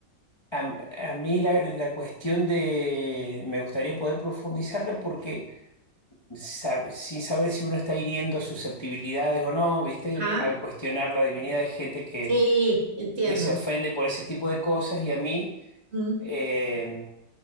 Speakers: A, on the left (about 35°); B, on the right (about 40°).
A: a, a mí la, la cuestión de, me gustaría poder profundizarla porque sab- sin saber si uno está hiriendo susceptibilidades o no, ¿viste?
B: Ajá,
A: Al cuestionar la divinidad hay gente que,
B: sí, entiendo.
A: que se ofende por ese tipo de cosas y a mí
B: Mm.
A: eh,